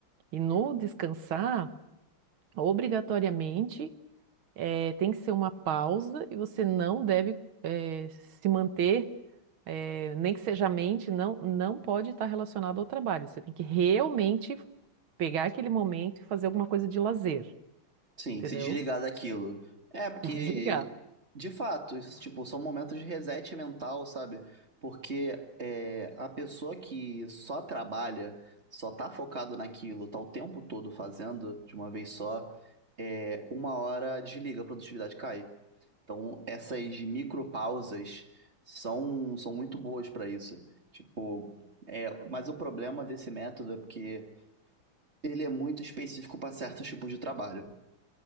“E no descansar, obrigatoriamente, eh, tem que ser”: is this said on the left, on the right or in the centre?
Right